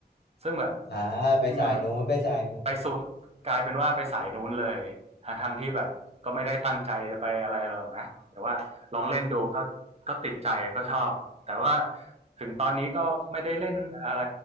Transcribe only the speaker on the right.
ซึ่งแบบ
อืม ไปส่วนกลายเป็นว่าไปสายนู้นเลยทางทางๆที่แบบก็ไม่ได้ตั้งใจจะไปอะไรหรอกนะแต่ว่าลองเล่นดูก็ก็ติดใจก็ชอบแต่ว่าถึงตอนนี้ก็ไม่ได้เล่นอะไร